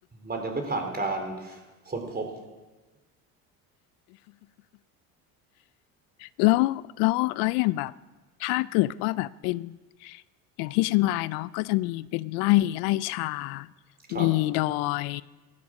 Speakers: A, on the right (about 25°); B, on the left (about 75°).
A: มันยังไม่ผ่านการค้นพบ
B: แล้วแล้วแล้วอย่างแบบถ้าเกิดว่าแบบเป็นอย่างที่เชียงรายเนาะก็จะมีเป็นไร่ไร่ชา
A: <laughs> ครับ
B: มีดอย